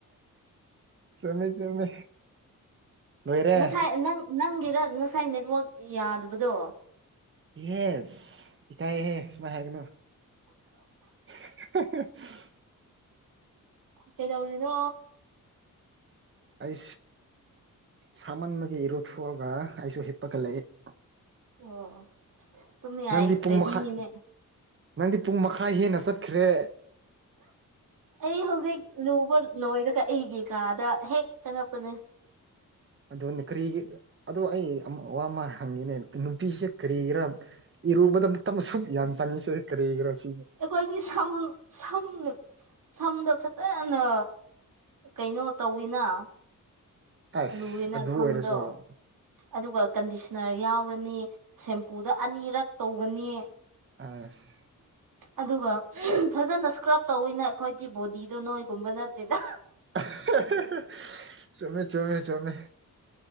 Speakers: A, on the right; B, on the right.
A: ꯆꯃꯦ ꯆꯃꯦ ꯑꯣꯏꯔꯦ
B: ꯉꯁꯥꯏ ꯅꯪ ꯅꯪꯒꯤꯔ ꯉꯁꯥꯏ ꯅꯦꯠꯋꯥꯛ ꯌꯥꯗꯕꯗꯣ
A: ꯏꯁ ꯏꯀꯥꯏꯍꯦ ꯁꯨꯃꯥꯏꯅ ꯍꯥꯏꯒꯅꯨ <inaudible>
B: ꯀꯩꯗꯧꯔꯤꯅꯣ
A: ꯑꯩ ꯁꯥꯃꯟꯕꯒꯤ ꯏꯔꯨꯊꯣꯛꯑꯒ ꯑꯩꯁꯨ ꯍꯤꯞꯄꯒ ꯂꯩꯛꯏ
B: ꯑꯣ ꯇꯨꯝꯅꯤꯡꯉꯥꯏ
A: ꯅꯪꯗꯤ ꯄꯨꯡ
B: ꯔꯦꯗꯤꯅꯤꯅꯦ
A: ꯃꯈꯥꯏ ꯅꯪꯗꯤ ꯄꯨꯡ ꯃꯈꯥꯏ ꯍꯦꯟꯅ ꯆꯠꯈ꯭ꯔꯦ
B: ꯑꯩ ꯍꯧꯖꯤꯛ ꯂꯨꯕ ꯂꯣꯏꯔꯒ ꯑꯩꯒꯤ ꯀꯥꯗ ꯍꯦꯛ ꯆꯪꯉꯛꯄꯅꯦ
A: ꯑ ꯀꯔꯤꯒꯤ ꯑꯗꯣ ꯑꯩ ꯋꯥ ꯑꯃ ꯍꯪꯉꯤꯅꯦ ꯅꯨꯄꯤꯁꯦ ꯀꯔꯤ ꯒꯤꯔ ꯏꯔꯨꯕꯗ ꯃꯇꯝ ꯁꯨꯝ ꯌꯥꯝ ꯆꯪꯉꯁꯦ ꯀꯔꯤ ꯒꯤꯔ ꯁꯤ
B: ꯑꯩꯈꯣꯏꯗꯤ ꯁꯝ ꯁꯝ ꯁꯝꯗꯣ ꯐꯖꯅ ꯀꯩꯅꯣ ꯇꯧꯋꯤꯅ
A: ꯑꯁ
B: ꯂꯨꯏꯅ
A: ꯑꯗꯨ
B: ꯁꯝꯗ
A: ꯑꯣꯏꯔꯁꯨ
B: ꯑꯗꯨꯒ ꯀꯟꯗꯤꯁꯅꯔ ꯌꯥꯎꯔꯅꯤ ꯁꯦꯝꯄꯨꯗ ꯑꯅꯤꯔꯛ ꯇꯧꯒꯅꯤ
A: ꯑꯁ
B: ꯑꯗꯨꯒ ꯐꯖꯅ ꯏꯁꯀ꯭ꯔꯕ ꯇꯧꯋꯤꯅ ꯑꯩꯈꯣꯏꯗꯤ ꯕꯣꯗꯤꯗꯣ ꯅꯣꯏꯒꯨꯝꯕ ꯅꯠꯇꯦꯗ
A: <unintelligible> ꯆꯨꯝꯃꯦ ꯆꯨꯝꯃꯦ ꯆꯨꯝꯃꯦ